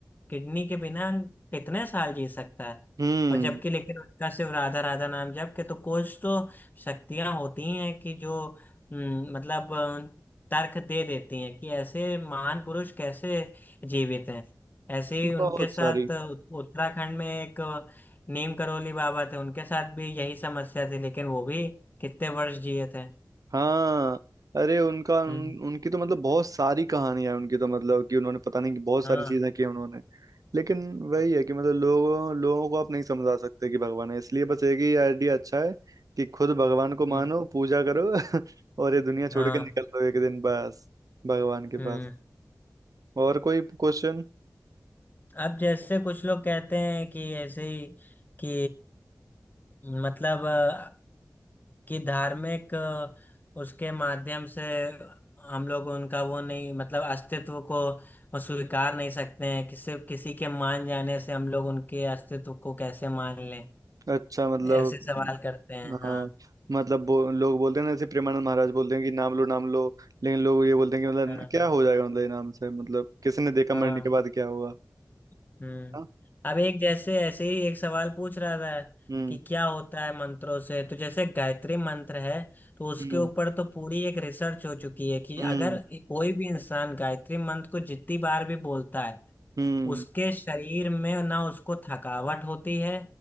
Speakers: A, on the left; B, on the right.
A: किडनी के बिना कितने साल जी सकता है
B: हम्म,
A: और जबकि लेकिन उनका सिर्फ राधा राधा नाम जप के तो कुछ तो शक्तियां होती हैं कि जो हम्म, मतलब अ, तर्क दे देती हैं कि ऐसे महान पुरुष कैसे जीवित हैं ऐसे ही उनके
B: बहुत
A: साथ
B: सारी
A: उत- उत्तराखंड में एक नीम करोली बाबा थे उनके साथ भी यही समस्या थी लेकिन वो भी कितने वर्ष जिए थे
B: हाँ अरे उनका उन,
A: हम्म
B: उनकी तो मतलब बहुत सारी कहानियां हैं उनकी तो मतलब कि उन्होंने पता नहीं कि बहुत
A: हाँ
B: सारी चीजें की उन्होंने लेकिन वही है कि मतलब लोगों लोगों को आप नहीं समझा सकते कि भगवान है इसलिए बस एक ही आइडिया अच्छा है कि खुद भगवान को मानो
A: हम्म
B: पूजा करो <laughs> और ये दुनिया छोड़
A: हाँ
B: के निकल लो एक दिन बस भगवान के पास
A: हम्म
B: और कोई क्वेश्चन
A: अब जैसे कुछ लोग कहते हैं कि ऐसे ही कि मतलब अ, कि धार्मिक अ, उसके माध्यम से हम लोग उनका वो नहीं मतलब अस्तित्व को स्वीकार नहीं सकते हैं कि सिर्फ किसी के मान जाने से हम लोग उनके अस्तित्व को कैसे मान लें
B: अच्छा मतलब
A: ऐसे सवाल करते हैं हाँ
B: हाँ मतलब बो, लोग बोलते हैं ना जैसे प्रेमानंद महाराज बोलते हैं कि नाम लो नाम लो लेकिन लोग ये बोलते हैं कि मतलब
A: हाँ
B: क्या हो जाएगा मतलब ये नाम से मतलब किसने देखा
A: हाँ
B: मरने के बाद क्या होगा
A: हम्म
B: हाँ?
A: अब एक जैसे ऐसे ही एक सवाल पूछ रहा था
B: हम्म
A: कि क्या होता है मंत्रों से तो जैसे गायत्री मंत्र है तो उसके
B: हम्म
A: ऊपर तो पूरी एक रिसर्च हो चुकी है कि
B: हम्म
A: अगर कोई भी इंसान गायत्री मंत्र को जितनी बार भी बोलता है
B: हम्म
A: उसके शरीर में ना उसको थकावट होती है